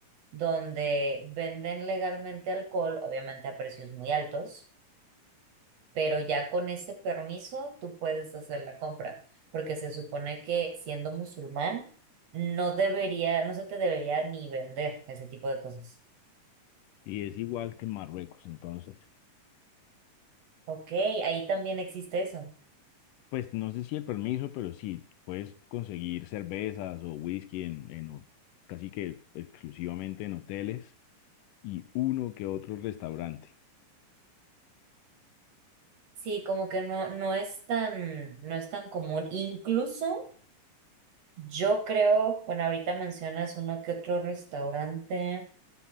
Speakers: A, on the right (about 55°); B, on the left (about 80°).
A: donde venden legalmente alcohol, obviamente a precios muy altos pero ya con ese permiso tú puedes hacer la compra, porque se supone que siendo musulmán no debería, no se te debería ni vender ese tipo de cosas.
B: Y es igual que en Marruecos, entonces,
A: Ok, ahí también existe eso.
B: pues no sé si el permiso, pero sí, puedes conseguir cervezas o whisky en, en ho- casi que exclusivamente en hoteles y uno que otro restaurante.
A: Sí, como que no, no es tan, no es tan común. Incluso yo creo, bueno, ahorita mencionas uno que otro restaurante.